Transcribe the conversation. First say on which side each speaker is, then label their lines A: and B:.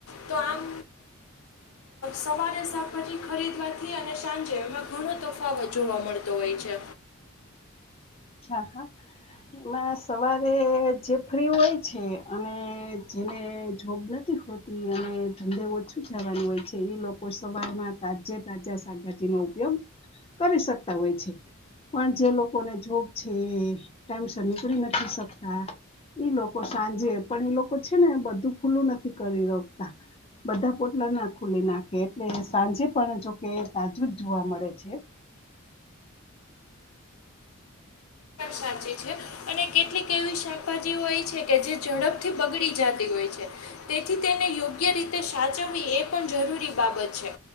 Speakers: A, on the left; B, on the left.
A: તો આમ સવારે શાકભાજી ખરીદવાથી અને સાંજે એમાં ઘણો તફાવત જોવા મળતો હોય છે.
B: હા એમાં સવારે જે ફ્રી હોય છે અને જેને જોબ નથી હોતી અને ધંધે ઓછું જવાનું હોય છે એ લોકો સવારમાં તાજે તાજા શાકભાજીનો ઉપયોગ કરી શકતા હોય છે પણ જે લોકોને જોબ ટાઈમસર નીકળી નથી શકતા લોકો સાંજે પણ એ લોકો છે ને બધું ખુલ્લું નથી કરી રખતા બધા પોટલા ના ખુલી નાખે એટલે સાંજે પણ જોકે તાજું જ જોવા મળે છે.
A: સાચે છે અને કેટલીક એવી શાકભાજીઓ એ છે કે જે ઝડપથી બગડી જતી હોય છે તેથી તેને યોગ્ય રીતે સાચવવી એ પણ જરૂરી બાબત છે